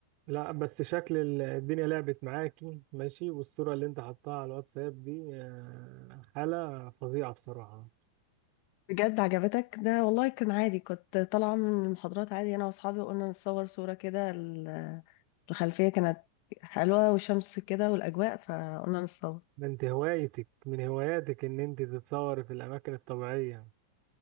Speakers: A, on the right; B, on the left.
A: لا بس شكل ال- الدنيا لعبت معاكي ماشي والصورة اللي انت حطها على الواتساب دي آه، حالة فظيعة بصراحة
B: بجد عجبتك ده والله كان عادي كنت طالعة من المحاضرات عادي أنا وأصحابي وقلنا نصور صورة كده ال- الخلفية كانت حلوة والشمس كده والأجواء فقلنا نصور
A: ده انت هوايتك من هواياتك ان انت تتصوري في الاماكن الطبيعية